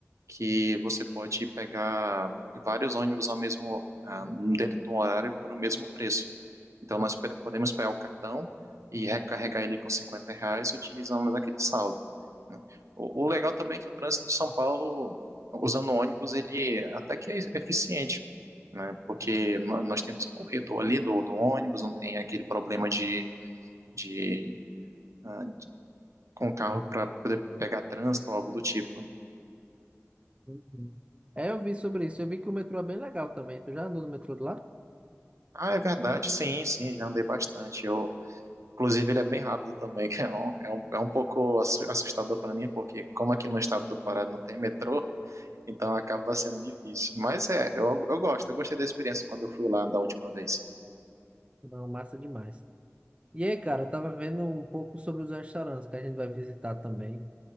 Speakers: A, on the right; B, on the right.
A: que você pode pegar vários ônibus ao mesmo, ah, dentro do horário por o mesmo preço. Então, nós pe- podemos pegar o cartão e recarregar ele com 50 reais, utilizando aquele saldo. O, o legal também é que o trânsito de São Paulo, usando ônibus, ele até que é eficiente, né? Porque nó- nós temos o corredor ali do, do ônibus, não tem aquele problema de, de ah, com o carro para poder pegar trânsito ou algo do tipo. né?
B: Uhum. É, eu vi sobre isso. Eu vi que o metrô é bem legal também. Tu já andou no metrô de lá?
A: Ah, é verdade, sim, sim, já andei bastante. Eu, inclusive, ele é bem rápido também, <laughs> que é um, é um, é um pouco assu- assustador para mim, porque como aqui no estado do Pará não tem metrô, então acaba sendo difícil. Mas é, eu, eu gosto, eu gostei da experiência quando eu fui lá da última vez.
B: Não, massa demais. E aí, cara, eu tava vendo um pouco sobre os restaurantes que a gente vai visitar também.